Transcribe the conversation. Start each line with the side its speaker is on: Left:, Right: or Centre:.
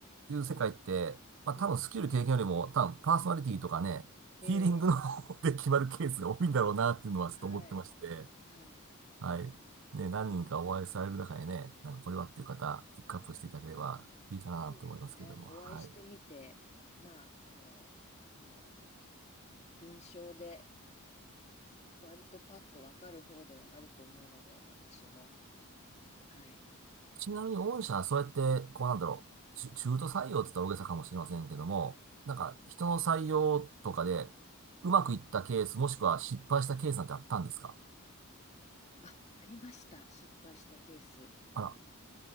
Right: いう世界って、まあ多分スキル経験よりも、
Left: うん。
Right: 多分パーソナリティとかね、
Left: ええ
Right: フィーリングの方で決まるケースが多いんだろうなっていうのはちょっと思ってまして、
Left: はい。はい。
Right: はい。ね、何人かお会いされる中でね、なんかこれはっていう方、ピックアップしていただければいいかなと思いますけれども、
Left: そうですね。お会いしてみて、
Right: はい。
Left: まあ、あの、なんだろう。印象で、割とパッとわかる方ではあると思うので、私も。はい。
Right: ちなみに御社はそうやって、こうなんだろう、ちゅ中途採用って言ったら大げさかもしれませんけども、なんか人の採用とかで、うまくいったケース、
Left: うん。
Right: もしくは失敗したケースなんてあったんですか
Left: あ、ありました。失敗したケース。
Right: あら、